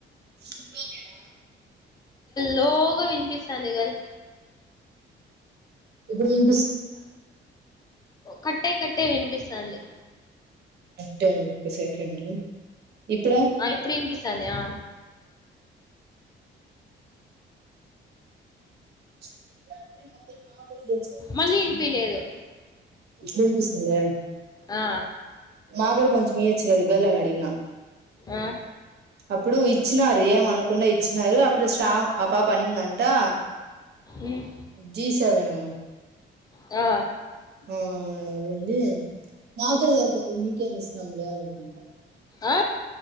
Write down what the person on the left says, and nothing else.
లోగా వినిపిస్తోంది గాల్
కట్టే కట్టే వినిపిస్తుంది
ఆ ఇప్పుడు వినిపిస్తాంది ఆ
మళ్ళీ ఇనిపిలేదు
ఆ
ఆ
ఉమ్,
ఆ
ఆ